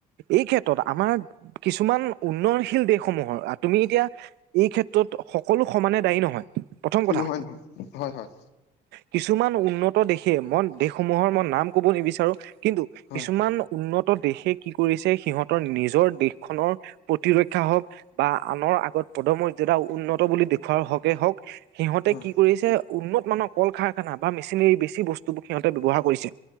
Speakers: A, on the right; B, on the left.
A: এই ক্ষেত্ৰত আমাৰ কিছু ইমান উন্নয়নশীল দেশসমূহৰ তুমি এতিয়া এই ক্ষেত্ৰত সকলো সমানে দায়ী নহয় প্ৰথম কথা
B: নহয় নহয় হয় হয়
A: কিছুমান উন্নত দেশে মন দেশসমূহৰ মই নাম ক'ব নিবিচাৰো কিন্তু
B: হয়
A: কিছুমান উন্নত দেশে কি কৰিছে সিহঁতৰ নিজৰ দেশখনৰ প্ৰতিৰক্ষা হওক বা আনৰ আগত পদমৰ্যাদা উন উন্নত বুলি দেখুওাৰ হকে হওক সিহঁতে
B: হয়
A: কি কৰিছে উন্নত মানৰ কল কাৰখানা বা মেচিনেৰি বেছি বস্তুবোৰ সিহতে ব্যৱহাৰ কৰিছে